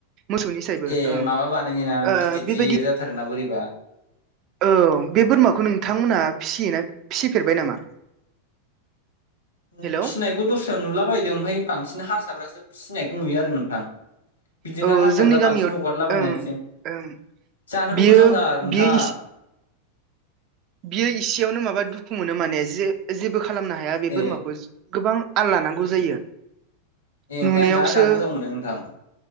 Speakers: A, on the right; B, on the left.
A: मोसौनि सायबो
B: ए
A: ओं
B: माबा बानायनो ना
A: ओ
B: गिदिर
A: बेबायदि
B: गिदिर जाथारोना बोरैबा
A: औ बे बोरमाखौ नोंथांमोनहा फिसिया फिसिफेरबाय नामा?
B: फिसिनायखौ
A: हेल' औ
B: दस्रायाव नुला बायदों ओमफफ्राय बांसिन हारसाब्रासो फिसिनायखौ नुयो आरो नोंथां बिदिनो
A: औ
B: हारसाफ्रा
A: जोंनि गामियाव
B: बांसिन हगारलाबायनाखिसै
A: ओं ओं
B: जानोबो
A: बियो
B: गोथावथार नोंथां।
A: बियो इस बियो इसेयावनो माबा दुखु मोनो माने जे जेबो खालामनो हाया बे
B: ए
A: बोरमाखौ गोबां आल लानांगौ
B: ए
A: जायो
B: ए ओमफ्राय
A: नुनायावसो
B: आं जोंहा जानो गोथाव मोनो नोंथां।